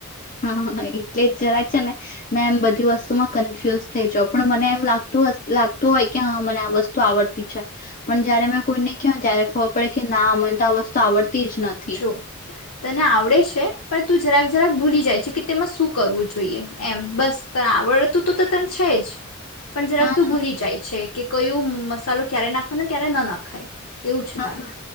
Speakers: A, on the left; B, on the left.
A: હા હા એ. લલેજ જ રા છે ને. મેં એમ બધી વસ્તુમાં કન્ફ્યુઝ થઈ જ પણ મને એમ લાગતું લાગતું હોય કે હા મને આ વસ્તુ આવડતી છે પણ જયારે મેં કોઈને કહ ત્યારે ખબર પડે કે ના મને તો આ વસ્તુ આવડતી. જ નથી
B: જો તને આવડે છે. પણ તું જરાક જરાક ભૂલી જાય છે કે તેમાં શું કરવું જોઈએ એમ બસ ત આવડતું તો ત છે જ. પણ જરાક
A: હા
B: તું ભૂલી જાય છે કે. કયું મસાલો ક્યારે નાખો ને ક્યારે ન નાખાય. એવું છે
A: હા
B: તારું.
A: હા,